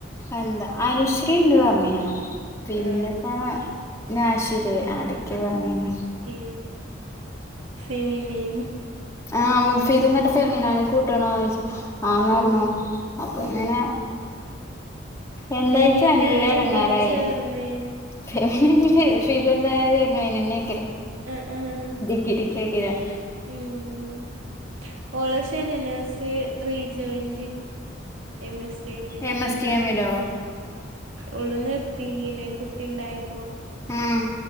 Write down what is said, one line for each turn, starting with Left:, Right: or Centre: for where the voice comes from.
Left: എന്താ അനുശ്രീ ഉണ്ട് പറഞ്ഞിനു പിന്നെപ്പോ
Right: ആഹ്
Left: നശിതേ ആരൊക്കെ പറഞ്ഞിന്നെ
Right: ഉ ഫെമിനി
Left: ആഹ ഫീദ് എന്നിട്ട് ഫെമീനെ കൂട്ടണോ ആന്ന് പറഞ്ഞു
Right: ഉം
Left: അപ്പൊ
Right: ഉം
Left: ഇങ്ങനെ എന്താച്ച
Right: ഫെമിന്
Left: നല്ല ഇടങ്ങാറായി
Right: എന്തിനാ ചേർന്നേ
Left: പിന്നെ
Right: ഉം
Left: ഇനി ദ എന്തായാലും അയിനെന്നെ
Right: ആഹ് ആഹ്
Left: ഡിഗ്രി ഐയക്കാരം
Right: ഉം ഓളെ Shahnaz rejoin M S C <unintelligible>
Left: M S ടി
Right: മ്
Left: എമ്മിലോ
Right: ഓൾ നിർത്തിക്കില്ലേ കുട്ടി ഉണ്ടായപ്പോ
Left: ഉം